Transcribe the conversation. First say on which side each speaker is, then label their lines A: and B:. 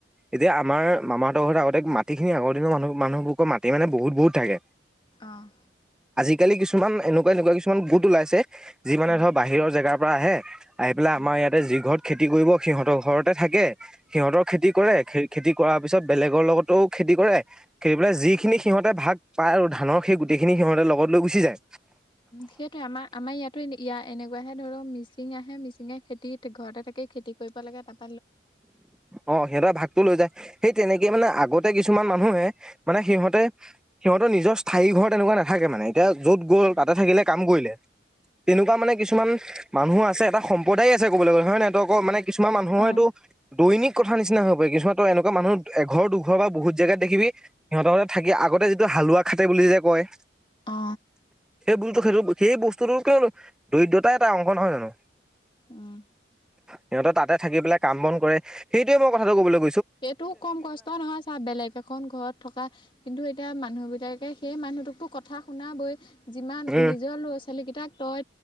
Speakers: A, in the centre; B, on the left (about 25°).
A: এতিয়া আমাৰ মামাহঁতৰ ঘৰত আগতে মাটি খিনি আগৰ দিনৰ মানুহ-মানুহবোৰৰ মাটি মানে বহুত বহুত থাকে।
B: অ'।
A: আজিকালি কিছুমান এনেকুৱা এনেকুৱা কিছুমান গোট ওলাইছে যি মানে
B: উম
A: ধৰ বাহিৰৰ জেগাৰ পৰা আহে আহি পেলাই
B: উম
A: আমাৰ ইয়াতে যি ঘৰত খেতি কৰিব সিহঁতৰ ঘৰতে থাকে, সিহঁতৰ খেতি কৰে খেতি কৰাৰ পিছত বেলেগৰ লগতো খেতি কৰে খেতি পেলাই যিখিনি সিহঁতে ভাগ পায় আৰু ধানৰ সেই গোটেই খিনি সিহঁতে লগত লৈ গুচি যায়।
B: সেইটোৱেই আমাৰ-আমাৰ ইয়াতো এনেকুৱাহে ধৰি লও মিচিং আহে মিচি দ, খেতি ঘৰতে থাকেই খেতি কৰিব লাগে তাপে
A: অ, সিহঁতৰ ভাগতটো লৈ যায় সেই তেনেকে মানে আগতে কিছু কিছুমান মানুহে, মানে সিহঁতে সিহঁতৰ নিজৰ স্থায়ী ঘৰ তেনেকুৱা নাথাকে মানে। এতিয়া য'ত গ'ল
B: নাথাকে
A: তাতে থাকিলে
B: আৰু।
A: কাম কৰিলে। তেনেকুৱা মানে কিছুমান মানুহো আছে এটা সম্প্ৰদায় আছে ক'বলৈ গ'লে হয় নহক মানে কিছুমান মানুহৰ
B: অ'।
A: টো দৈনিক কথা নিচিনা হৈ পৰে কিুমানো এনেকুৱা মানুহ এঘৰ দুঘৰ বাহুত জেগাত দেিবি সিহঁতহঁতে থাকি আগত। ততে যিটো হালোৱা খাাটতে বুলি যে কয়।
B: অ,
A: বু, সেইটো সেই বস্তুটো কিয় দৰিদ্ৰতা এটা অংশ নহয় জানো।
B: উম,
A: সিহঁতৰ তাতে থাকি পেল কামন কৰে সেইটয়ে মই কথাটো ক'ব লাগ
B: সেইটো কম কষ্ট নহয় চা, বেলেগ এখন ঘৰত থকা কিন্তু এতিয়া মানুহ বিলাকে। সেই মানুহটোকতো কথা শুনা বৈ, যিমান
A: উম
B: নিজৰ ল'ৰা ছোৱালীকেইটাক তই